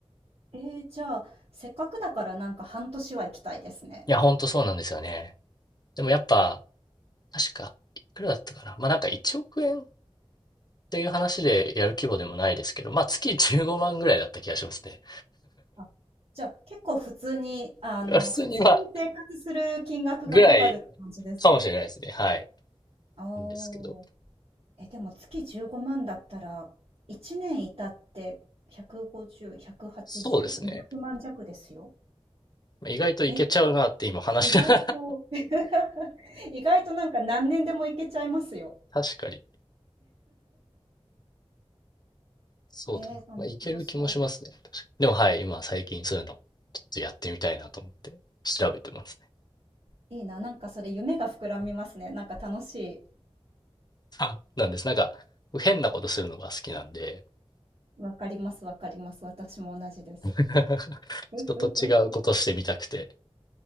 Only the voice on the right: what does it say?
えーじゃあ、せっかくだからなんか半年は行きたいですね。
あ、じゃあ、結構普通に、あの、
普通に生活する金額がかかるって感じですね。
ああ。
え、でも月15万だったら、1年いたって150、180、
200万弱ですよ。
え意外と
<laughs>、意外となんか何年でも行けちゃいますよ。
えー、面白そう。
いいな、なんかそれ夢が膨らみますね。なんか楽し
い。わかります、わかります。私も同じです。
<laughs>